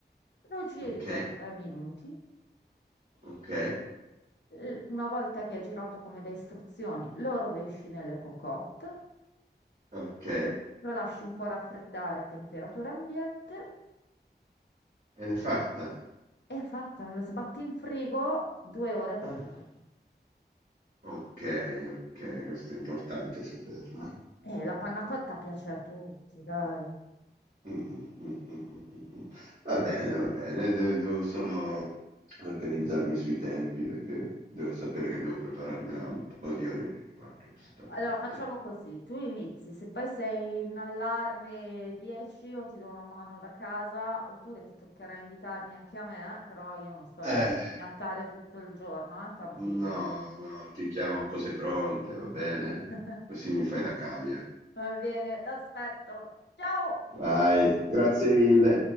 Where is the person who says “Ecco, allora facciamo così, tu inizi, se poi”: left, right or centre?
Left